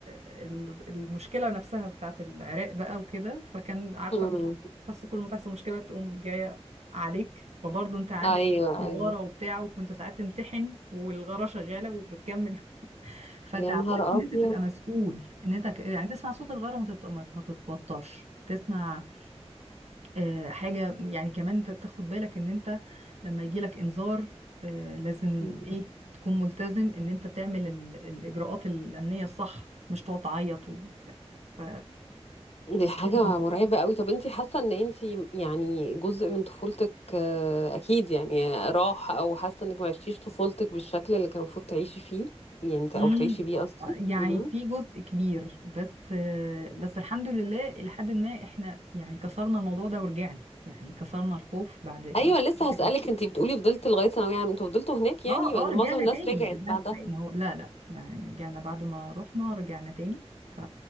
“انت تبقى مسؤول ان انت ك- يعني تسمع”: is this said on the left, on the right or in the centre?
Right